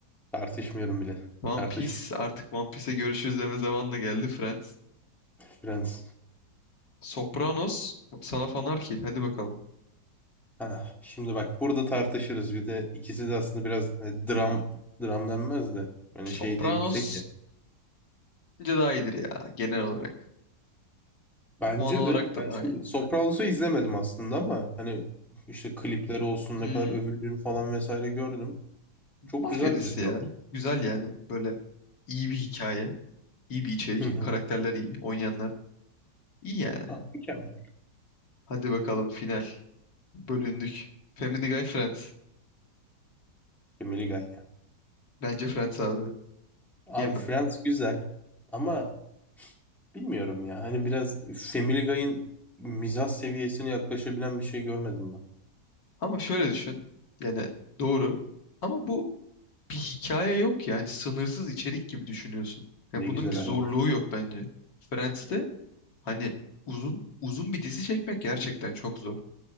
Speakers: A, in the centre; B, on the left.
A: Tartışmıyorum bile.
B: One
A: Tartış
B: Piece artık One Piece'e görüşürüz deme zamanı da geldi Friends.
A: Friends.
B: Sopranos sana fanar ki hadi bakalım.
A: Ha, şimdi bak burada tartışırız. Bir de ikisi de aslında biraz e, dram dram denmez de. Hani
B: Sopranos
A: şey de yüksek ya.
B: bence daha iyidir ya genel olarak.
A: Bence
B: Puan olarak
A: de
B: da
A: ben
B: daha
A: şimdi
B: iyi.
A: Sopranos'u izlemedim aslında ama hani işte klipleri olsun
B: Hmm,
A: ne kadar övüldüğünü falan vesaire gördüm.
B: mafya
A: Çok güzel
B: dizisi
A: dizi
B: ya.
A: diyorlar.
B: Güzel yani böyle iyi bir hikaye, iyi bir içerik,
A: Hı hı.
B: karakterler iyi, oynayanlar iyi yani.
A: Ha, mükemmel.
B: Hadi bakalım final. Bölündük. Family Guy Friends.
A: Family Guy ya.
B: Bence Friends abi.
A: Abi
B: Yeme-
A: Friends güzel ama bilmiyorum ya. Hani biraz Family Guy'ın mizah seviyesine yaklaşabilen bir şey görmedim ben.
B: Ama şöyle düşün. Yani doğru. Ama bu bir hikaye yok yani sınırsız içerik gibi düşünüyorsun. Yani
A: Ne
B: bunun
A: güzel
B: bir zorluğu
A: abi.
B: yok bence. Friends'te hani uzun uzun bir dizi çekmek gerçekten çok zor.